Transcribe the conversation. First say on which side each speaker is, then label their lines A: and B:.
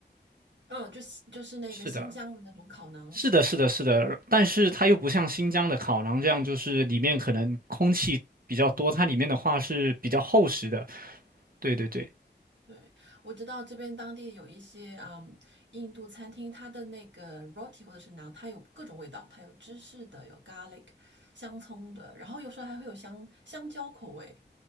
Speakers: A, on the right; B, on the right.
A: 嗯，就是就是那个新疆的那种烤馕。
B: 是的，是的，是的，是的。但是它又不像新疆的烤馕这样，就是里面可能空气比较多，它里面的话是比较厚实的。对对对，
A: 对，我知道这边当地有一些啊、嗯印度餐厅，它的那个 roti 或者是馕，它有各种味道，它有芝士的，有 garlic 香葱的，然后有时候还会有香香蕉口味。